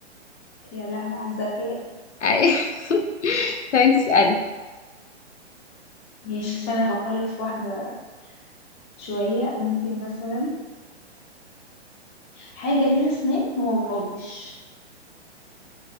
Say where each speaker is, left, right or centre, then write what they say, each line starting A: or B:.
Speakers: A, on the left; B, on the left.
A: يا لهوي على الذكاء
B: ايوه <laughs> طيب انت اسألي
A: ماشي استنى افكر لك في واحدة شوية ممكن مثلا حاجة ليها اسنان وما بتعضش